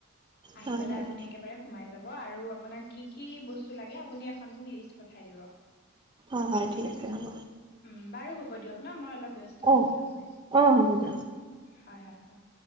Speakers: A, on the left; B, on the right.
A: আহি
B: হয়
A: পেলাই
B: হয়
A: আপুনি একেবাৰে সোমাই যাব। ব আৰু আপোনাক কি কি বস্তু লাগে আপুনি এখন মোক লিষ্ট পঠাই দিব।
B: হয়, হয় ঠিক আছে হ'ব।
A: উম, বাৰু হ'ব দিয়ক ন মই অলপ ব্যস্ত আছিলো
B: অ
A: মানে,
B: অ হ'ব দিয়ক
A: অ' অ' হয় হয়।